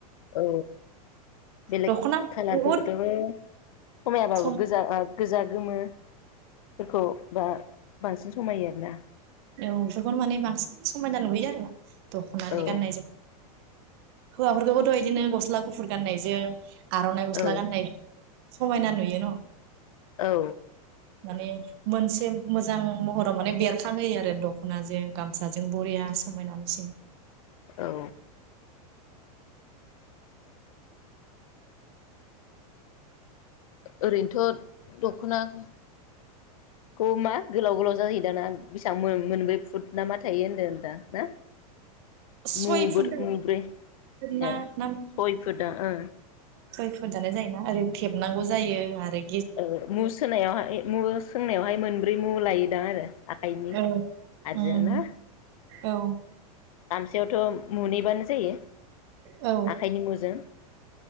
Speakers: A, on the left; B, on the right.
A: औ बेलेक
B: दख'ना
A: खालारफोरखौथ'
B: बुहुद
A: समायाबाबो
B: सम
A: गोजा ओ गोजा गोमोफोरखौ बा बांसिन समायो आरोना
B: औ बेफोरखौनो माने बांसिन समायना नुबोयो आरो दख'नानि
A: औ
B: गाननाय जोम हौवाफोरखौबोथ' इदिनो गस्ला गुफुर गाननायजों आर'नाइ गस्ला
A: औ
B: गाननाय जों समायना नुयो न'
A: औ
B: माने मोनसे मोजां महराव माने बेरखा खांहोयो आरो दख'नाजों गामसाजों बरिया समायना नुसिनो।
A: औ ओरैनोथ' दख'नाखौ मा गोलाव गोलाव जाहै दाना बेसेबां मोन मोनब्रै फुट ना मा थायो होनदो नोंथां ना
B: सय
A: मुबोर
B: फुट
A: मुब्रै
B: ना
A: ए
B: ना
A: सय फुटआ ओ
B: सय फुथानो जायोना ओरै थेबनांगौ जायो आरोै
A: ओ मुसहोनायावहाय मु सोंनायावहाय मोनब्रै मु लायोदां आरो आखाइनि
B: औ
A: हारजों
B: उम
A: ना
B: औ
A: गामसायावथ' मुनैबानो जायो
B: औ
A: आखाइनि मुजों